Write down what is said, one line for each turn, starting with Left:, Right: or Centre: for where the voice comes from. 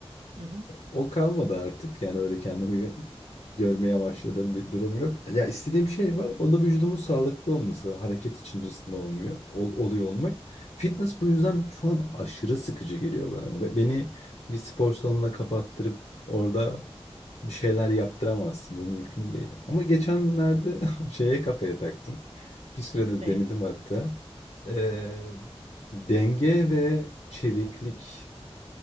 Right: Hı hı.
Left: O kalmadı artık. Yani öyle kendimi gö- görmeye başladığım bir durum yok. Ya istediğim şey var. O da vücudumun sağlıklı olması, hareket içerisinde olmuyor, ol- oluyor olmak. Fitness bu yüzden şu an aşırı sıkıcı geliyor bana. Ve beni bir spor salonuna kapattırıp orada bir şeyler yaptıramazsın. Bu mümkün değil. Ama geçenlerde <laughs> şeye kafaya taktım. Bir sürede
Right: Ne?
Left: denedim hatta. Ee, denge ve çeviklik